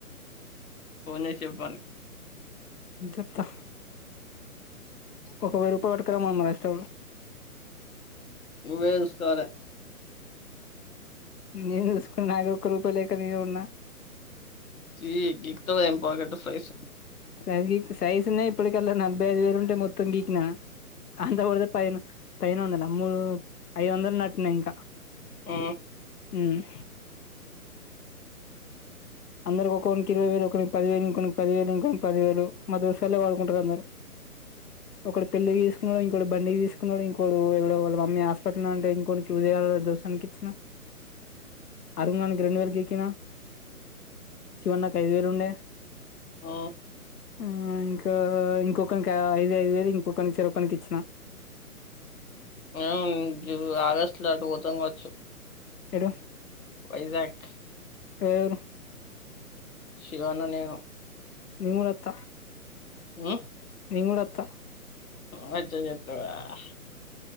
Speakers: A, on the left; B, on the left.
A: ఫోన్ చేసి చెప్పనికి
B: చెప్తా ఒక వెయ్యి రూపాయ పట్టుకురామ్మమారి ఇష్ట
A: ఉ వేస్కాలే
B: నేను చూసుకున్నా నాకు ఒక్క రూపాయ లేక నరు ఉన్నా
A: ఈ ఏం పాకెట్ సైజ్
B: సాజ సాజన్నా ఇప్పటికల్లా నలభై ఐదు వేలు ఉంటే మొత్తం గీకిన అంత కూడాద పైన పను వందలు అమ్ము ఐదు వందలు నట్ ఇంకా
A: ఉ
B: ఉహ్ అందరికి ఒకక్కనికి ఇరవై వేలు ఒకరి పదివేలు ఇంకొక పది వేలు ఇంకొక పది వేలు మా దుసాలే వాడుకుంటారు అందరు ఒకడు పెళ్లిచేసు ఇంకొకడు ఇంకో బండి తీసుకున్నాడు ఇంకొకడు ఇ ఎవడో వాళ్ళ మమ్మీ హాస్పిటల్ అంటే ఇంకో చూసేయాలి దోషానికి ఇచ్చిన అరుంగానికి రెండు వేలు గీకినా శివ అన్నకు ఐదు వేలు ఉండే
A: ఆ
B: ఆ ఇంకా ఇంకొకనికి ఐదు ఐదు వేలు ఇంకొకని ఇచ్చార ఒక్కనికి ఇచ్చినా
A: అవును జూ ఆగస్టు లో అటు పోతా కావచ్చు
B: ఏడు
A: వైజాగ్
B: ఎవరెవరు
A: శివ అన్న నేను
B: నేను కూడా వత్త
A: ఊహమ్
B: నేను కూడా వత్త
A: <unintelligible>